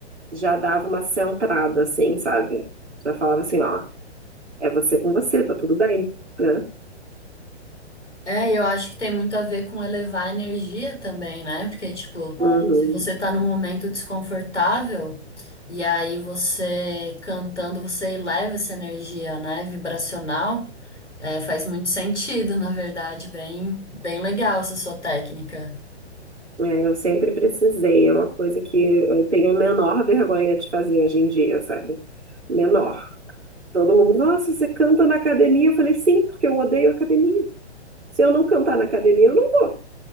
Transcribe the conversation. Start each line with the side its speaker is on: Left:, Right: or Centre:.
Right: já dava uma centrada, assim, sabe? Já falava assim, ó, é você com você, tá tudo bem, né?
Left: É, e eu acho que tem muito a ver com elevar a energia também, né? Porque, tipo,
Right: Uhum.
Left: É. se você tá num momento desconfortável, e aí você cantando, você eleva essa energia, né? Vibracional, é, faz muito sentido, na verdade. Bem, bem legal essa sua técnica.
Right: É, eu sempre precisei, é uma coisa que eu tenho a menor vergonha de fazer hoje em dia, sabe? Menor. Todo mundo, nossa, você canta na academia? Eu falei, sim, porque eu odeio academia. Se eu não cantar na academia, eu não vou.